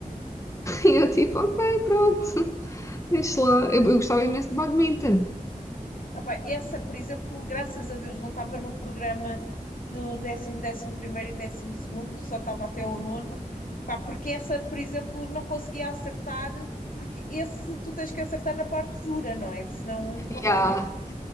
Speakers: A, on the left; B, on the left.
A: E eu, tipo, ok, pronto, deixa lá. Eu, eu gostava imenso de badminton.
B: Epá, essa, por exemplo, graças a Deus, não estava no programa do décimo, décimo primeiro e décimo segundo, só estava até o nono. Pá, porque essa, por exemplo, não conseguia acertar, porque esse tu tens que acertar na parte dura, não é? Senão
A: E
B: não
A: Yeah.
B: vale a pena.